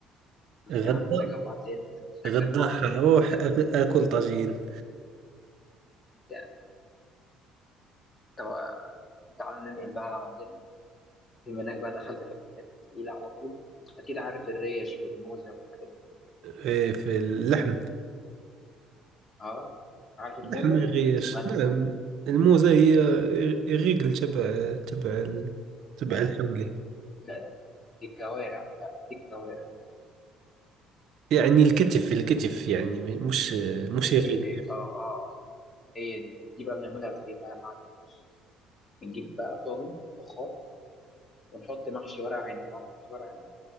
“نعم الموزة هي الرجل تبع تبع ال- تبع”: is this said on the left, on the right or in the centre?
Right